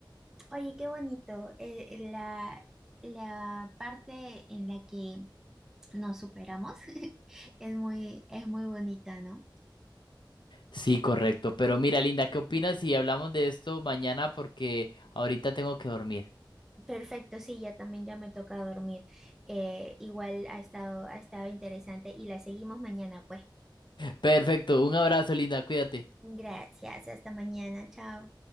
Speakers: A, in the centre; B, on the left.
A: Oye, qué bonito. eh, la, la parte en la que nos superamos <laughs> es muy, es muy bonita, ¿no?
B: Sí, correcto. Pero mira, Linda, ¿qué opinas si hablamos de esto mañana? Porque ahorita tengo que dormir.
A: Perfecto, sí, ya también ya me toca dormir. Eh, igual ha estado, ha estado interesante y la seguimos mañana, pues.
B: Perfecto, un abrazo, Linda, cuídate.
A: Gracias, hasta mañana, chao.